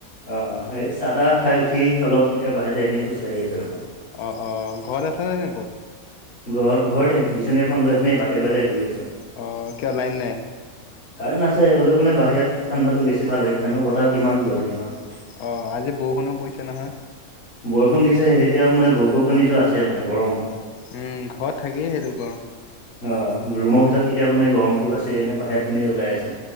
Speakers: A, on the left; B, on the left.
A: অ এই চাহ তাহ খাই উঠি অলপ এতিয়া বাহিতে এনে খোজকাঢ়ি আছো ৰ।
B: অ অ ঘৰত আছ নে নাই গ'ল।
A: ঘৰত ঘৰতে বিচনী এখন লৈ সেনেই বাটে বাটে ঘূৰি আছোঁ।
B: অ কিয় লাইন নাই।
A: কাৰেণ্ট আছে হ'লেও মানে বাহিৰত ঠাণ্ডাটো বেছি ভাল হয় ফেনৰ বতাহ কিমান লৈ সেৰিমাৰ।
B: অঁ আজি বৰষুণৰ পৰিছে নহয়।
A: বৰষুণ দিছে এতিয়া মানে গপ গপনিতটো আছে মানে গৰম।
B: উম ঘৰত থাকেই সেইটো গৰম।
A: অ ৰুমৰ ভিতৰত এতিয়া মানে গৰমতটো আছে এনে বাহিৰত এনেই ওলাই আছো।